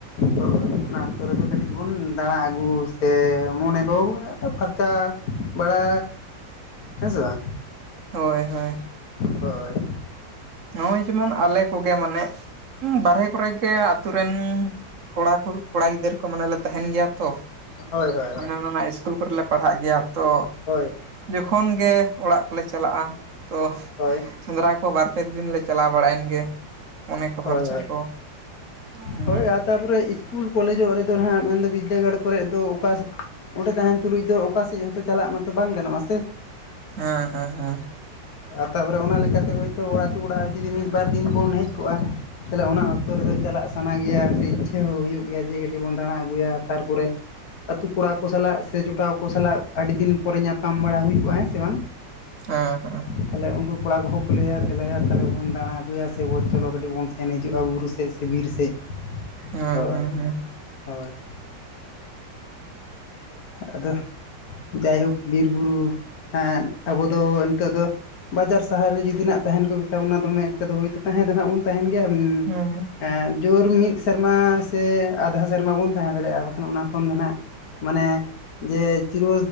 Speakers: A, on the left; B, on the right.
A: ᱦᱳᱭ ᱚᱱᱟ ᱚᱠᱛᱚ ᱨᱮᱫᱚ ᱠᱟᱹᱴᱤᱡ ᱵᱚᱱ ᱫᱟᱬᱟ ᱟᱹᱜᱩ ᱥᱮ ᱢᱚᱱᱮ ᱠᱚ ᱯᱷᱟᱨᱪᱟ ᱵᱟᱲᱟ ᱦᱮᱸᱥᱮ ᱵᱟᱝ?
B: ᱦᱳᱭ ᱦᱳᱭ᱾
A: ᱦᱳᱭ᱾
B: ᱱᱚᱜᱼᱚᱭ ᱡᱮᱢᱚᱱ ᱟᱞᱮ ᱠᱚᱜᱮ ᱢᱟᱱᱮ ᱵᱟᱨᱦᱮ ᱠᱚᱨᱮ ᱠᱮ ᱟᱛᱩ ᱨᱮᱱ ᱠᱚᱲᱟ ᱠᱚ ᱠᱚᱲᱟ ᱜᱤᱫᱟᱹᱨ ᱠᱚ ᱢᱟᱱᱮᱞᱮ ᱛᱟᱦᱮᱱ ᱜᱮᱭᱟ ᱛᱚ᱾
A: ᱦᱳᱭ ᱦᱳᱭ
B: ᱦᱟᱱᱮ
A: ᱦᱳᱭ ᱦᱳᱭ
B: ᱚᱱᱟ ᱤᱥᱠᱩᱞ ᱠᱚᱨᱮᱞᱮ ᱯᱟᱲᱦᱟᱜ ᱜᱮᱭᱟ ᱛᱚ᱾
A: ᱦᱳᱭ᱾
B: ᱡᱚᱠᱷᱚᱱ ᱜᱮ ᱚᱲᱟᱜ ᱠᱚᱞᱮ ᱪᱟᱞᱟᱜᱼᱟ ᱛᱚ
A: ᱦᱳᱭ᱾
B: ᱥᱮᱸᱫᱽᱨᱟ ᱠᱚ ᱵᱟᱨᱯᱮ ᱫᱤᱱ ᱞᱮ ᱪᱟᱞᱟᱣ ᱵᱟᱲᱟᱭᱮᱱ ᱜᱮ᱾ ᱚᱱᱮ ᱠᱚ
A: ᱦᱳᱭ
B: ᱯᱷᱟᱨᱪᱟ
A: ᱦᱳᱭ
B: ᱠᱚ ᱦᱮᱸ
A: ᱦᱳᱭ ᱟᱨ, ᱛᱟᱨᱯᱚᱨᱮ ᱤᱥᱠᱩᱞ ᱠᱚᱞᱮᱡᱚᱜ ᱨᱮᱫᱚ ᱦᱟᱸᱜ ᱢᱮᱱᱫᱚ ᱵᱤᱫᱽᱫᱟᱹᱜᱟᱲ ᱠᱚᱨᱮᱫ ᱫᱚ ᱚᱠᱟ ᱚᱸᱰᱮ ᱛᱟᱦᱮᱱ ᱛᱩᱞᱩᱡ ᱫᱚ ᱚᱠᱟ ᱥᱮᱫ ᱦᱚᱸᱛᱚ ᱪᱟᱞᱟᱜ ᱢᱟᱛᱚ ᱵᱟᱝ ᱜᱟᱱᱚᱜᱼᱟᱥᱮ?
B: ᱦᱮᱸ ᱦᱮᱸ᱾
A: ᱛᱟᱨᱯᱚᱨᱮ ᱚᱱᱟ ᱞᱮᱠᱟᱛᱮ ᱦᱳᱭᱛᱳ ᱟᱲᱛᱳ ᱚᱲᱟᱜ ᱨᱮ ᱡᱩᱫᱤ ᱢᱤᱫ ᱵᱟᱨ ᱫᱤᱱ ᱵᱚᱱ ᱦᱮᱡ ᱠᱚᱜᱼᱟ᱾ ᱛᱟᱦᱚᱞᱮ ᱚᱱᱟ ᱚᱠᱛᱚ ᱨᱮᱫᱚ ᱪᱟᱞᱟᱜ ᱥᱮ ᱥᱟᱱᱟ ᱜᱮᱭᱟ ᱥᱮ ᱤᱪᱷᱟᱹ ᱦᱚᱸ ᱦᱩᱭᱩᱜ ᱜᱮᱭᱟ ᱡᱮ ᱠᱟᱹᱴᱤᱡ ᱵᱚᱱ ᱫᱟᱬᱟ ᱟᱹᱜᱩᱭᱟ ᱛᱟᱨᱯᱚᱨᱮ, ᱟᱹᱛᱩᱳ ᱠᱚᱲᱟ ᱠᱚ ᱥᱟᱞᱟᱜ ᱥᱮ ᱡᱚᱴᱟᱣ ᱠᱚ ᱥᱟᱞᱟᱜ ᱟᱹᱰᱤ ᱫᱤᱱ ᱯᱚᱨᱮ ᱧᱟᱯᱟᱢ ᱵᱟᱲᱟ ᱦᱩᱭ ᱠᱚᱜᱼᱟ ᱦᱮᱸ ᱥᱮ ᱵᱟᱝ᱾
B: ᱦᱩᱸ ᱦᱩᱸ ᱾
A: ᱛᱟᱞᱦᱮ ᱩᱱᱠᱩ ᱠᱚᱲᱟ ᱠᱚᱦᱚᱸ ᱠᱚ ᱞᱟᱹᱭᱟ ᱫᱮᱞᱟᱭᱟ ᱛᱟᱦᱞᱮ ᱵᱚᱱ ᱫᱟᱬᱟ ᱟᱹᱜᱩᱭᱟ ᱥᱮ ᱵᱚᱱ ᱪᱚᱞᱚ ᱠᱟᱹᱴᱤᱡ ᱵᱚᱱ ᱥᱮᱱ ᱦᱤᱡᱩᱜᱼᱟ ᱵᱩᱨᱩ ᱥᱮᱫ ᱥᱮ ᱵᱤᱨ ᱥᱮᱫ᱾
B: ᱦᱮᱸ
A: ᱦᱳᱭ
B: ᱦᱮᱸ ᱦᱮᱸ᱾
A: ᱦᱳᱭ᱾ ᱟᱫᱚ ᱡᱟᱭᱦᱳᱠ ᱵᱤᱨᱵᱩᱨᱩ ᱦᱮᱸᱫ ᱟᱵᱚ ᱫᱚ ᱱᱤᱛᱚᱜ ᱫᱚ ᱵᱟᱡᱟᱨ ᱥᱟᱦᱟᱨ ᱨᱮ ᱡᱩᱫᱤ ᱛᱟᱦᱮᱱ ᱠᱚ ᱢᱮᱛᱟ ᱵᱚᱱᱟ ᱫᱚᱢᱮ ᱮᱠᱴᱟ ᱫᱚ ᱦᱩᱭᱛᱚ ᱛᱟᱦᱮᱸ ᱫᱚ ᱱᱟᱦᱟᱜ ᱵᱚᱱ ᱛᱟᱦᱮᱱ ᱜᱮᱭᱟ ᱩᱸᱢ
B: ᱦᱮᱸ
A: ᱮᱸᱫ ᱡᱳᱨ ᱢᱤᱫ ᱥᱮᱨᱢᱟ ᱥᱮ ᱟᱫᱷᱟ ᱥᱮᱨᱢᱟ ᱵᱚᱱ ᱛᱟᱦᱮᱸ ᱫᱟᱲᱮᱭᱟᱜᱼᱟ ᱟᱨ ᱵᱟᱠᱷᱟᱱ ᱚᱱᱟ ᱠᱷᱚᱱ ᱫᱚ ᱱᱟᱦᱟᱸᱜ ᱢᱟᱱᱮ ᱡᱮ ᱪᱤᱨᱚ